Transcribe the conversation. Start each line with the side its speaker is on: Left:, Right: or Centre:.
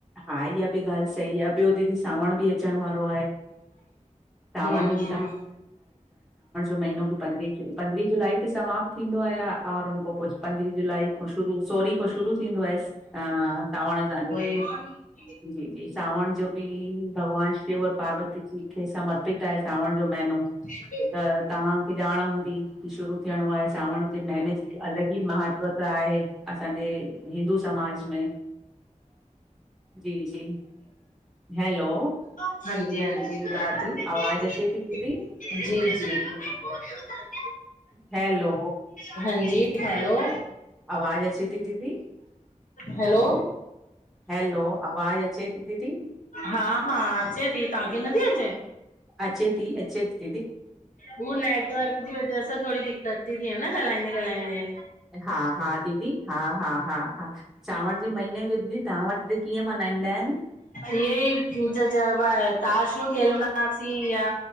Centre: हा इहा बि ॻाल्ह सही आहे ॿियो दीदी सावण बि अचण वारो। तां
Left: हम्म
Centre: ज जो म -- पंद्रहीं जुलाई ते समाप्त थींदो आ आहे और हुन खां पोइ पंद्रहीं जुाई ख खां शुरू सोरी खां शुरू -- थींदो आहे सावण सां --
Left: ह --
Centre: जी जी सावण जो बि भॻवानु शिव और पार्वती जी खे समर्पित आहे सावण जो महीनो।
Left: अ <inaudible>
Centre: तहांखे ॼाण हूंदी कि शुरू थियणो आहे सावण जे महीने जी अलॻि ई महत्व त आहे असांजे हिंदू समाज में। जी, जी हैलो!
Left: हांजी-हांजी ॿुधां
Centre: आवाज़
Left: ती।
Centre: अचे थी दीदी
Left: जी, जी।
Centre: हैलो
Left: हांजी, हलो?
Centre: आवाज़ अचे थी दीदी
Left: हलो!
Centre: हैलो, आवाज़ अचे थी दीदी?
Left: हा हा अचे थी, तहांखे नथी अचे?
Centre: अचे ती, अचे ती।
Left: हू नेटवर्क जी वजह सां थोङी दिक्क़त ती थिए न ॻाल्हाईंदे ॻाल्हाईंदे।
Centre: हा हा दीदी हा हा हा हा, सांवण जे महीने जो दीदी तां वट बि कीअं मल्हाईंदा आहिन?
Left: इयी ज जब आहे <unintelligible> ताशूं खेलंदा हुआसीं, या